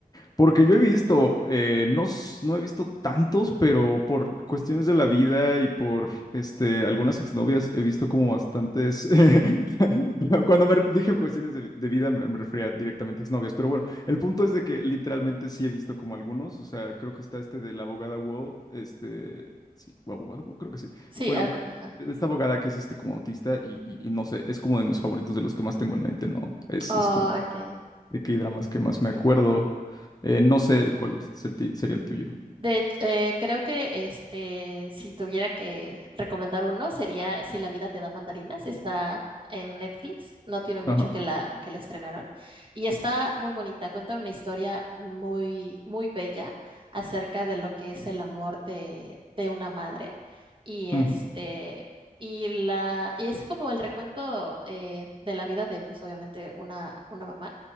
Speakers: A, on the left; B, on the right.
A: Porque yo he visto, eh, no, s- no he visto tantos, pero por cuestiones de la vida y por este, algunas exnovias he visto como bastantes. <laughs> Cuando me re- dije cuestiones de, de vida me, me refería directamente a exnovias, pero bueno, el punto es de que literalmente sí he visto como algunos, o sea, creo que está este de la abogada Wall, este, sí, abogada Wall, creo que sí.
B: sí,
A: Bueno,
B: algo-
A: bueno,
B: ajá.
A: esta abogada que es este como autista y, y- y no sé, es como de mis favoritos, de los que más tengo en mente, ¿no? Es,
B: Oh,
A: es como
B: ok,
A: de K-dramas que más
B: sí.
A: me acuerdo. Eh, no sé cuál es el ti- sería el tuyo.
B: De, hech- eh, creo que este, si tuviera que recomendar uno, sería Si la vida te da mandarinas. Está en Netflix, no tiene mucho
A: Ajá.
B: que la, que la estrenaron. Y está muy bonita, cuenta una historia muy, muy bella acerca de lo que es el amor de, de una madre. Y este,
A: Ujú,
B: y la, y es como el recuento eh, de la vida de, pues obviamente, una, una mamá,